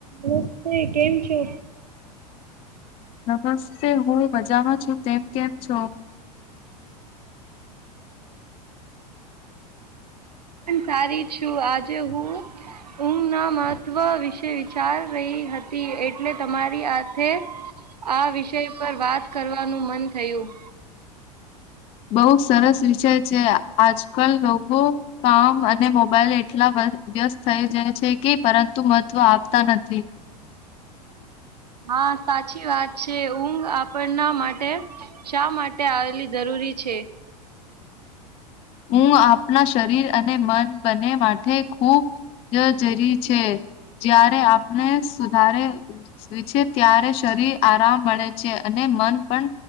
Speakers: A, on the right (about 75°); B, on the left (about 30°).
A: નમસ્તે કેમ છો?
B: નમસ્તે હું મજામાં છું તેમ કેમ છો?
A: હાલો. સારી છું આજે હું ઊમનામાં વ વિશે વિચાર રહી હતી એટ એટલે તમારી હાથે. આ વિષય પર વાત કરવાનું મન થયું.
B: બહુ સરસ વિષય છે આજકાલ લોકો કામ અને મોબાઈલ એટલા વ્યસ્ત થઈ જાય છે કે પરંતુ મહત્વ આપતા નથી.
A: હા સાચી વાત છે ઊંઘ આપણના માટે શા માટે આવેલી જરૂરી છે?
B: હું આપણા શરીર અને મન બને માટે ખૂબ જરી છે, જ્યારે આપણે સુધારે છે ત્યારે શરીર આરામ મળે છે અને મન પણ